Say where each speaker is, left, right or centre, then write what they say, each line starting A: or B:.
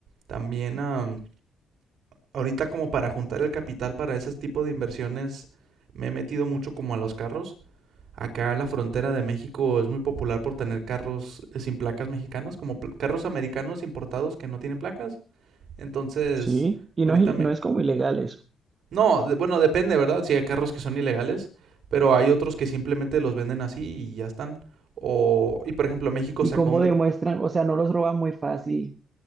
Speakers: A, on the right; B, on the right.
A: También, am, ahorita como para juntar el capital para ese tipo de inversiones me he metido mucho como a los carros. Acá la frontera de México es muy popular por tener carros eh, sin placas mexicanas, como pl- carros americanos importados que no tienen placas. Entonces,
B: sí. Y
A: ahorita
B: no es, il-
A: me...
B: no es como ilegal eso.
A: No, de- bueno, depende, ¿verdad? Si hay carros que son ilegales, pero hay otros que simplemente los venden así y ya están. O, y por ejemplo, México
B: ¿Y
A: sacó
B: cómo
A: un,
B: demuestran? O sea, no los roban muy fácil